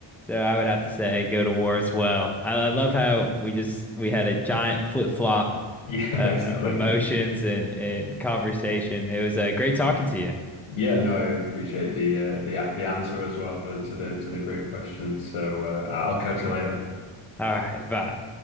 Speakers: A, in the centre; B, on the left.
A: So I would have to say go to war as well. I, I love how we just we had a giant flip-flop
B: Yeah,
A: uh,
B: basically.
A: of emotions
B: Yeah.
A: and, and conversation. It was uh, great talking to you.
B: Yeah, no, I appreciate the uh, the the answer as well for, to the to the great question. So uh, I'll catch you later.
A: All right, bye.